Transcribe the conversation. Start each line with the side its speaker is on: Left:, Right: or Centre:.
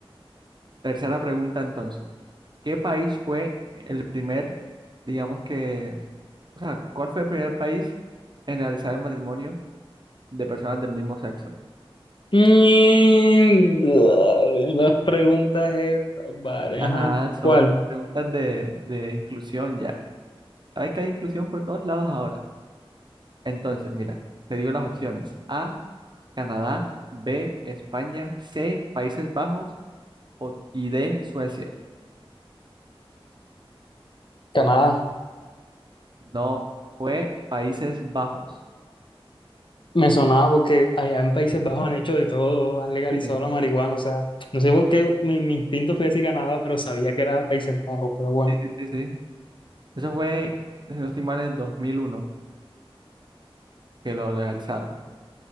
Right: Tercera pregunta entonces. ¿Qué país fue el primer, digamos que, o sea, cuál fue el primer país en realizar el matrimonio de personas del mismo sexo?
Left: Mm, dale, Las preguntas estas, vale,
Right: Ajá,
Left: ajá. ¿Cuál?
Right: son preguntas de, de inclusión ya. Sabes que hay inclusión por todos lados ahora. Entonces, mira, te digo las opciones. A, Canadá, B, España, C, Países Bajos o, y D, Suecia.
Left: Canadá.
Right: No, fue Países Bajos.
Left: Me sonaba porque allá en Países Bajos han hecho de todo, han legalizado
Right: Sí,
Left: la marihuana, o sea, no sé por qué mi, mi instinto fue decir Canadá, pero sabía que era Países Bajos, pero bueno.
Right: sí, sí, sí. sí. Eso fue, si no estoy mal, en el 2001 que lo legalizaron.